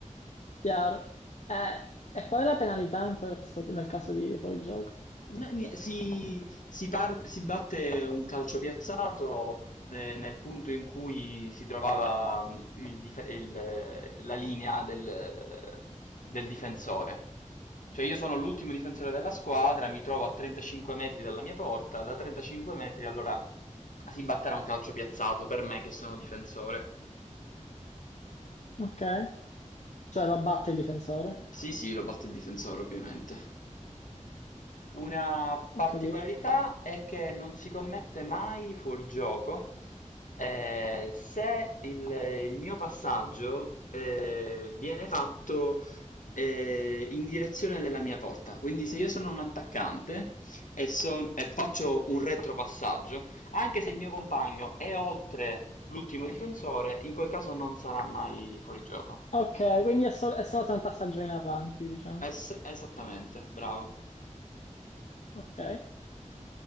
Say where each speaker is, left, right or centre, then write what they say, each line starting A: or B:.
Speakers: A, on the left; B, on the left.
A: chiaro. Eh, e qual è la penalità in questo, nel caso di fuorigioco?
B: No, ni- si, si par- si batte un calcio piazzato eh, nel punto in cui si trovava mh, il dif- il, eh, la linea del, eh, del difensore. Cioè io sono l'ultimo difensore della squadra, mi trovo a 35 metri dalla mia porta, da 35 metri allora si batterà un calcio piazzato per me che sono difensore.
A: Ok. Cioè lo batte il difensore?
B: Sì, sì, lo batte il difensore, ovviamente. Una particolarità
A: Ho capito.
B: è che non si commette mai fuorigioco. Eh, se il, il mio passaggio eh, viene fatto eh, in direzione della mia porta, quindi se io sono un attaccante e, son- e faccio un retropassaggio, anche se il mio compagno è oltre l'ultimo difensore, in quel caso non sarà mai fuorigioco.
A: Ok, quindi è, sol- è solo se è un passaggio in avanti, diciamo.
B: Es- Esattamente, bravo.
A: Ok. E